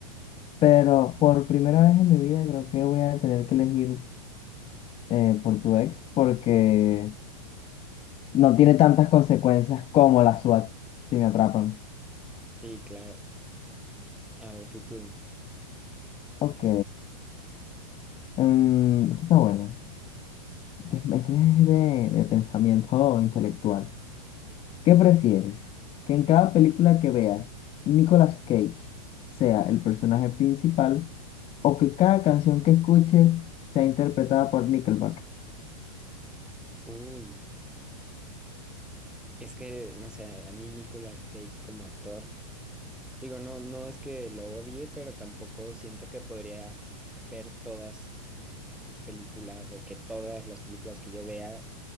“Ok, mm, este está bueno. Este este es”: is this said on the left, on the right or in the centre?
Left